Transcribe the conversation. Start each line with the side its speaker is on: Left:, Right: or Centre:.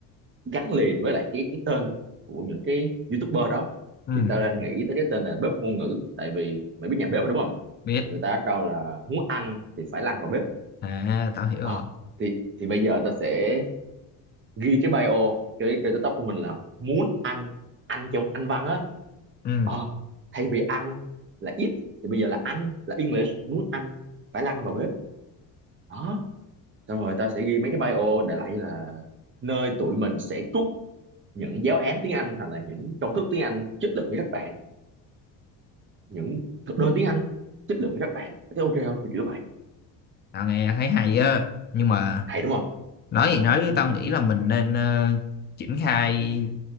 Right: gắn liền với lại cái cái tên của những cái YouTuber đó
Left: ừ
Right: thì tao đang nghĩ tới cái tên là bếp ngôn ngữ tại vì mày biết nhà bếp mà đúng không
Left: biết
Right: người ta trao là muốn ăn thì phải lăn vào bếp
Left: à tao hiểu rồi
Right: Ờ, thì thì bây giờ tao sẽ ghi cái bio cái cái TikTok của mình là muốn ăn ăn trong anh văn á
Left: ừ
Right: Ờ, thay vì ăn là eat thì bây giờ là ăn là English muốn ăn phải lăn vào bếp đó xong rồi tao sẽ ghi mấy cái bio đại loại như là nơi tụi mình sẽ trút những giáo án tiếng Anh hoặc là những công thức tiếng Anh chất lượng với các bạn những thực đơn tiếng Anh chất lượng với các bạn Mày ok không kiểu kiểu vậy
Left: tao nghe thấy hay á nhưng mà
Right: hay đúng không
Left: nói gì nói chứ tao nghĩ là mình nên ờ, triển khai